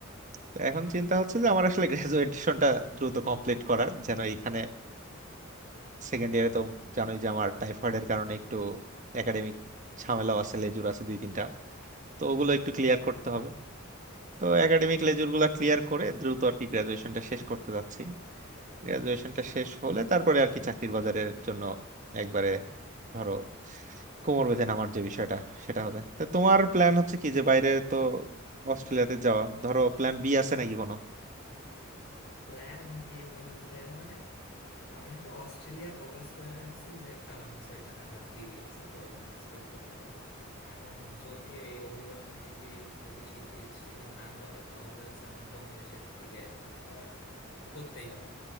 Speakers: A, on the right (about 40°); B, on the left (about 65°).
A: তো এখন চিন্তা হচ্ছে যে আমার আসলে <laughs> গ্রাজুয়েশনটা দ্রুত কমপ্লিট করার যেন এইখানে সেকেন্ড ইয়ারে তো জানোই যে আমার টাইফয়েডের কারণে একটু একাডেমিক ঝামেলাও আছে লেজুর আছে দুই তিনটা তো ওগুলো একটু ক্লিয়ার করতে
B: ও
A: হবে তো একাডেমিক লেজুর গুলা ক্লিয়ার করে দ্রুত আর কি গ্রাজুয়েশনটা শেষ করতে যাচ্ছি গ্রাজুয়েশনটা শেষ হলে তারপরে আর কি চাকরির বাজারের জন্য একবারে ধরো কোমর বেঁধে নামার যে বিষয়টা সেটা হবে তা তোমার প্ল্যান হচ্ছে কি যে বাইরে তো অস্ট্রেলিয়াতে যাওয়া ধরো প্ল্যান বি আছে নাকি কোনো
B: প্ল্যান বি বলতে মানে আমি আসলে অস্ট্রেলিয়া ফোকাস করে রাখছি যে কারণ হচ্ছে এখানে আমার দিদি আছে তো ওইখানে হেল্প করতে পারবে এখন যদি এই অভিবাসন নীতি যদি শিথিল শিথিল না করে তাহলে হচ্ছে আমার তো অন্য দেশের দিকে মুভ করার মানে করতেই হবে